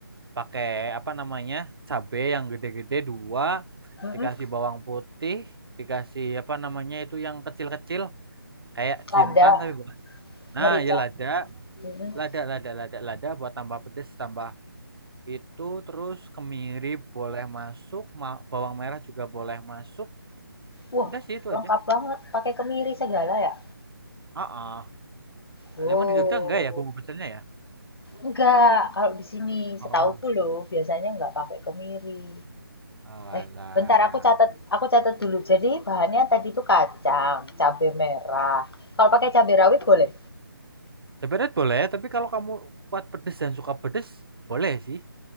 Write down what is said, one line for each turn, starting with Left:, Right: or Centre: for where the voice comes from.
Right: pakai apa namanya cabe yang gede-gede dua
Left: Mm-mm.
Right: dikasih bawang putih dikasih apa namanya itu yang kecil-kecil kayak
Left: Lada,
Right: jintan tapi bukan nah
Left: merica.
Right: ya lada
Left: Mm-mm.
Right: lada lada lada lada buat tambah pedes tambah itu terus kemiri boleh masuk ma- bawang merah juga boleh masuk
Left: Wah,
Right: udah sih itu
Left: lengkap
Right: aja
Left: banget. Pakai kemiri segala ya?
Right: Heeh.
Left: Oh,
Right: Emang di Jogja enggak ya bumbu pecelnya ya?
Left: enggak. Kalau di sini
Right: Oh.
Left: setauku loh, biasanya enggak pakai kemiri.
Right: Alah.
Left: Eh, bentar aku catat, aku catat dulu. Jadi bahannya tadi itu kacang, cabai merah. Kalau pakai cabai rawit boleh?
Right: Sebenarnya boleh, tapi kalau kamu kuat pedes dan suka pedes, boleh sih.